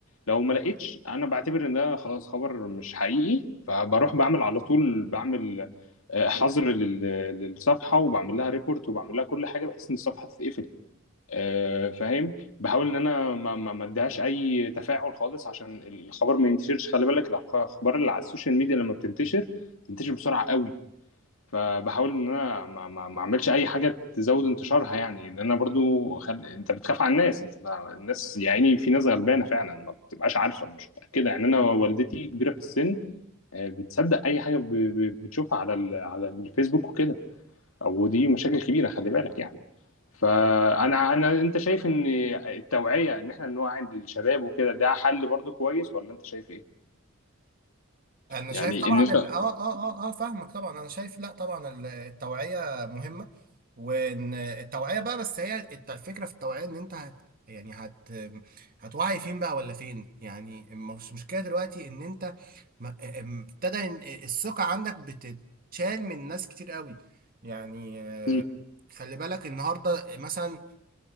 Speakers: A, on the left; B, on the right.
A: لو ما لقيتش انا بعتبر ان ده خلاص خبر مش حقيقي فبروح بعمل على طول بعمل آه، حظر لل- للصفحه وبعمل لها ريبورت وبعمل لها كل حاجه بحيث ان الصفحه تتقفل آه، فاهم بحاول ان انا ما ما ما اديهاش اي تفاعل خالص عشان الخبر ما ينتشرش خلي بالك الاخبار اللي على السوشيال ميديا لما بتنتشر بتنتشر بسرعه قوي فبحاول ان انا ما ما ما اعملش اي حاجه تزود انتشارها يعني لان انا برضو خل... انت بتخاف على الناس انت الناس يا عيني في ناس غلبانه فعلا ما بتبقاش عارفه مش متاكده يعني انا والدتي كبيره في السن آه، بتصدق اي حاجه ب... ب- بتشوفها على ال... على الفيسبوك وكده او دي مشاكل كبيره خلي بالك يعني فانا انا انت شايف ان التوعيه ان احنا نوعي الشباب وكده ده حل برضه كويس ولا انت شايف ايه؟
B: انا
A: يعني
B: شايف طبعا
A: ان انت
B: ال... اه اه اه اه فاهمك طبعا انا شايف لا طبعا ال- التوعيه مهمه وان التوعيه بقى بس هي الت- الفكره في التوعيه ان انت هت يعني هت هتوعي فين بقى ولا فين يعني مش مشكله دلوقتي ان انت ما- ام- ابتدى ان الثقه عندك بتتشال من ناس كتير قوي يعني آه،
A: مم.
B: خلي بالك النهارده مثلا